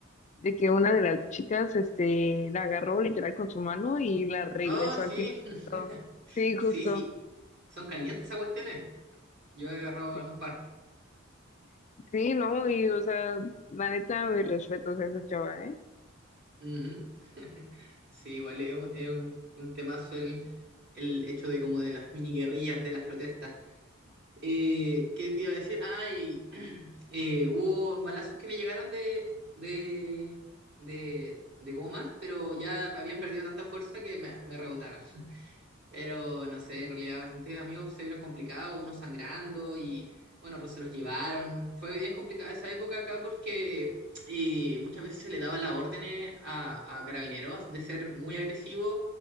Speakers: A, on the left; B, on the right.
A: de que una de las chicas, este, la agarró literal con su mano y la regresó
B: Oh, sí,
A: aquí.
B: <laughs>
A: Sí,
B: sí,
A: justo.
B: sí. Son calientes esas cuestiones. Yo he agarrado
A: Sí,
B: un par.
A: sí, no, y o sea, la neta, mis respetos a esa chava, ¿eh?
B: Ujú. <laughs> Sí, igual es un, es un, un temazo el, el hecho de como de las mini guerrillas, de las protestas. Eh, ¿qué te iba a decir? Ay, <clears throat> eh, hubo balazos que me llegaron de, de, de, de gomas, pero ya habían perdido tanta fuerza que me, me rebotaron. Pero no sé, en realidad bastantes amigos se vieron complicados, unos sangrando y bueno, otros se los llevaron. Fue bien complicada esa época acá porque y muchas veces se le daba las órdenes a, a carabineros de ser muy agresivos.